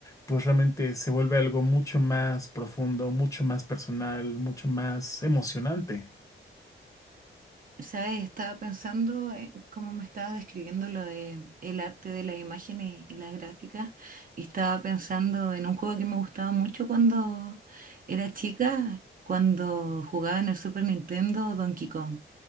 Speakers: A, on the left (about 15°); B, on the right (about 40°).
A: pues realmente se vuelve algo mucho más profundo, mucho más personal, mucho más emocionante.
B: ¿Sabes? Estaba pensando en cómo me estabas describiendo lo de el arte de las imágenes y las gráficas y estaba pensando en un juego que me gustaba mucho cuando era chica, cuando jugaba en el Super Nintendo Donkey Kong.